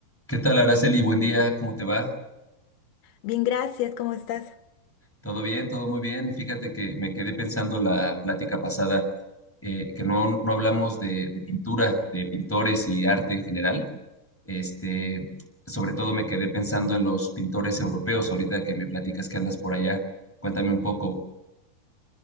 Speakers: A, in the centre; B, on the left.
A: ¿Qué tal, Araceli? Buen día, ¿cómo te va?
B: Bien, gracias, ¿cómo estás?
A: ¿Todo bien? ¿Todo muy bien? Fíjate que me quedé pensando la plática pasada, eh, que no, no hablamos de, de pintura, de pintores y arte en general. Este, sobre todo me quedé pensando en los pintores europeos, ahorita que me platicas que andas por allá. Cuéntame un poco.